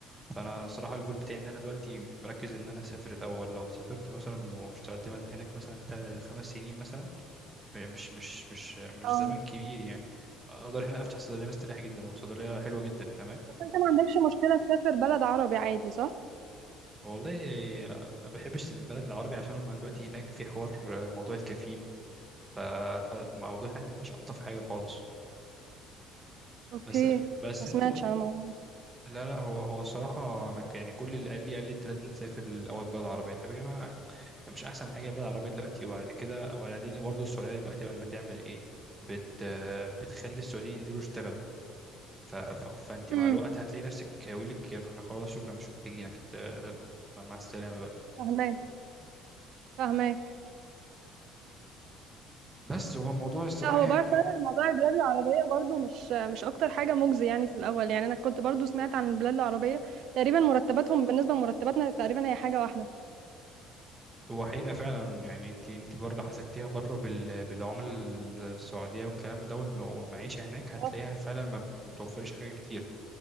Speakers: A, on the right (about 15°); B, on the right (about 65°).
A: فانا صراحه الجول بتاعي ان انا دلوقتي مركز ان انا اسافر الاول لو سافرت مثلا واشتغلت مث- هناك مثلا تا- خمس سنين مثلا مش مش مش مش
B: اه
A: زمن كبير يعني اقدر هنا افتح صيدليه مستريح جدا وصيدليه حلوه جدا فاهمان
B: انت ما عندكش مشكلة تسافر بلد عربي عادي صح؟
A: والله ما بحبش البلد العربي عشان هم دلوقتي هناك في حوار موضوع الكفيل ف... فالموضوع هناك مبقاش الطف حاجه خالص
B: اوكي
A: بس بس
B: ما سمعتش
A: انت
B: انا الموضوع
A: لا لا هو هو الصراحة أنا ك- يعني كل اللي قال لي قال لي أنت لازم تسافر الأول بلد عربية طب يا جماعة مش أحسن حاجة البلد العربية دلوقتي وبعد كده وبعدين برضه السعودية دلوقتي بقت بتعمل إيه؟ بت بتخلي السعوديين ينزلوا يشتغلوا ف... ف... فأنت مع
B: امم
A: الوقت هتلاقي نفسك يقول لك إحنا خلاص شكرا مش محتاجينك ت- مع السلامة بقى
B: فهماك فهماك
A: بس هو الموضوع الصراحة
B: لا هو
A: يعني
B: بقى فعلا موضوع البلاد العربية برضو مش مش أكتر حاجة مجزي يعني في الأول يعني أنا كنت برضو سمعت عن البلاد العربية تقريبا مرتباتهم بالنسبة لمرتباتنا تقريبا هي حاجة واحدة
A: هو حقيقة فعلا يعني انت انت بره لو حسبتيها بره بال... بالعملة السعودية والكلام ده والم- والمعيشة هناك هتلاقيها
B: آه،
A: فعلا ما بتوفرش حاجة كتير